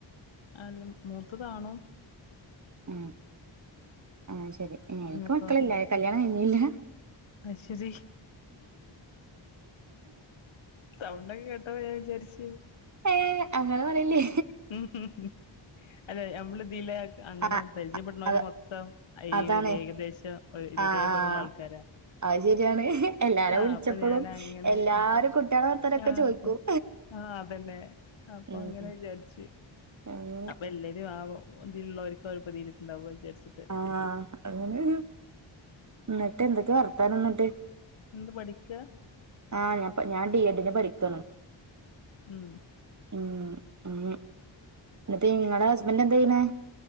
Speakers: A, on the left; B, on the right.
A: ആല്ലം മൂത്തതാണോ
B: ഉം ആഹ് ശെരി എനിക്ക്
A: നിങ്ങക്കോ
B: മക്കളില്ല കല്യാണം കഴിഞ്ഞില്ല
A: അശ്യതി സൗണ്ടൊക്കെ കേട്ടപ്പ ഞാൻ വിചാരിച്ചു
B: ഏഹ് അങ്ങനെ പറയില്ലേ
A: ഉം ഉം ഉം അതെ നമ്മള് ഇതില് അങ്ങനെ
B: ആഹ്
A: പരിചയപ്പെട്ണോര്
B: അത്
A: മൊത്തം ഈ
B: അതാണ്
A: ഒരു ഏകദേശം ഒ ഒരുതെ
B: ആഹ് ആഹ്
A: പോലുള്ള ആൾക്കാരാ
B: അത് ശരിയാണ് എല്ലാരെ
A: ആഹ്
B: വിളിച്ചപ്പളും
A: അപ്പൊ ഞാൻ അങ്ങനെ
B: എല്ലാരും
A: വിചാ
B: കുട്ടികളെ വർത്താനൊക്കെ
A: ആഹ്
B: ചോദിക്കും
A: ആഹ് അതന്നെ അപ്പൊ
B: ഉം
A: അങ്ങനെ വിചാരിച്ചു
B: <unintelligible>
A: അപ്പൊ എല്ലാരും ആഹ് ഒ ഇതില്ലിളോർക്കും അവര് <unintelligible> വിചാരിച്ച്
B: ആഹ് അതാണ് ന്നിട്ട് എന്തൊക്കെ വർത്താനന്നിട്ട്
A: എന്താ പഠിക്ക
B: ആഹ് ഞാൻ ബിഎഡിന് പഠിക്കാണ്
A: ഉം
B: ഉം ഉം എന്നിട്ട് നിങ്ങടെ ഹസ്ബൻ്റ് എന്താ ചെയ്യണേ